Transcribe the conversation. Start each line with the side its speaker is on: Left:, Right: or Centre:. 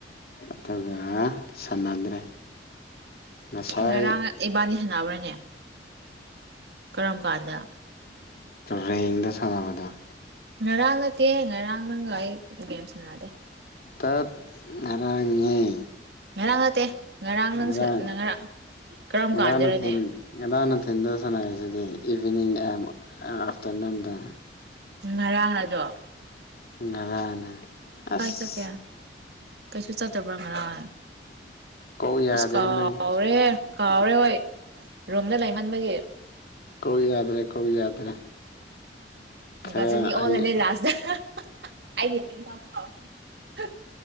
Left: ꯑꯗꯨꯒ ꯁꯥꯟꯅꯗ꯭ꯔꯦ ꯉꯁꯥꯏ
Right: ꯉꯔꯥꯡ ꯏꯕꯥꯅꯤ ꯁꯥꯟꯅꯕ꯭ꯔꯅꯦ ꯀꯔꯝ ꯀꯥꯟꯗ
Left: ꯔꯌꯦꯡꯗ ꯁꯥꯟꯅꯕꯗ
Right: ꯉꯔꯥꯡ ꯅꯠꯇꯦ ꯉꯔꯥꯡ ꯅꯪꯒ ꯑꯩ ꯒꯦꯝ ꯁꯥꯟꯟꯅꯗꯦ
Left: ꯇꯠ ꯉꯔꯅꯤꯦ
Right: ꯉꯔꯥꯡ ꯅꯠꯇꯦ ꯉꯔꯥꯡ ꯅꯪ
Left: ꯉꯥꯡ
Right: ꯉꯔꯥꯡ ꯀꯔꯝ
Left: ꯉꯔꯥꯡꯅ
Right: ꯀꯥꯟꯗꯔꯅꯦ
Left: ꯊꯤꯟ ꯉꯔꯥꯡꯅ ꯊꯤꯟꯗ ꯁꯅꯁꯤꯗꯤ ꯏꯚꯅꯤꯡ ꯑꯦ ꯑꯐꯇꯔꯅꯟꯗ
Right: ꯎꯝ ꯉꯔꯥꯡ ꯅꯖꯣ
Left: ꯔꯔꯅ ꯑꯁ
Right: ꯆꯠꯀꯦ ꯀꯩꯁꯨ ꯆꯠꯇꯕ꯭ꯔꯥ ꯉꯔꯥꯡ
Left: ꯀꯣꯛ ꯌꯥꯗ꯭ꯔꯦ
Right: ꯑꯁ ꯀꯥꯎꯔꯦ
Left: ꯅꯪ
Right: ꯀꯥꯎꯔꯦ ꯍꯣꯏ ꯔꯣꯝꯗ ꯂꯩꯃꯟꯕꯒꯤ
Left: ꯀꯣꯏ ꯌꯥꯗ꯭ꯔꯦ ꯀꯣꯏ ꯌꯥꯗ꯭ꯔꯦ ꯈꯔ
Right: ꯒꯖꯅꯤ
Left: ꯑꯩ
Right: ꯑꯣꯜꯦꯅꯦ ꯂꯥꯁꯗ ꯍꯥꯏꯦꯃꯤ ꯄꯥꯄꯥꯎꯅꯦ